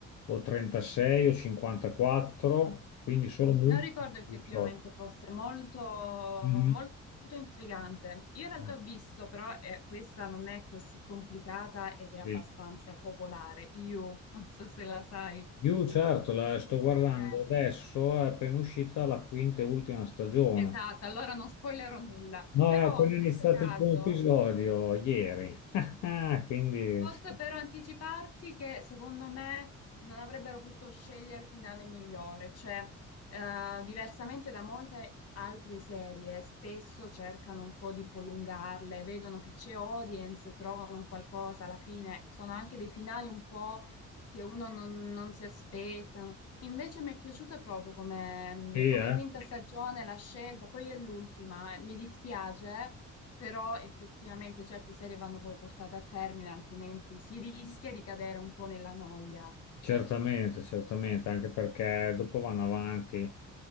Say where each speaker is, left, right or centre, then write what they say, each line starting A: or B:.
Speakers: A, on the left; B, on the left.
A: o 36, o 54, quindi solo multipli
B: Non ricordo effettivamente
A: di 18.
B: fosse molto,
A: Mhm.
B: molto intrigante. Io in realtà
A: Eh,
B: ho visto, però eh, questa non è così complicata ed
A: Sì.
B: è abbastanza popolare. Io, non so se la sai.
A: Io certo, la sto guardando
B: Eh,
A: adesso, è appena uscita la quinta e ultima stagione.
B: esatto, allora non spoilerò nulla.
A: No, ho
B: Però
A: appena
B: in questo
A: iniziato
B: caso,
A: il primo episodio ieri, <laughs> quindi
B: Posso
A: sì,
B: però anticiparti che secondo me non avrebbero potuto scegliere finale migliore, cioè eh, diversamente da molte altre serie, spesso cercano un po' di prolungarle, vedono che c'è audience, trovano un qualcosa alla fine, sono anche dei finali un po' che uno non, non si aspetta. Invece mi è piaciuta proprio come,
A: Sì,
B: come
A: eh?
B: quinta stagione la scelta, poi è l'ultima, eh, mi dispiace, eh, però effettivamente certe serie vanno poi portate a termine, altrimenti si rischia di cadere un po' nella noia.
A: Certamente, certamente, anche perché dopo vanno avanti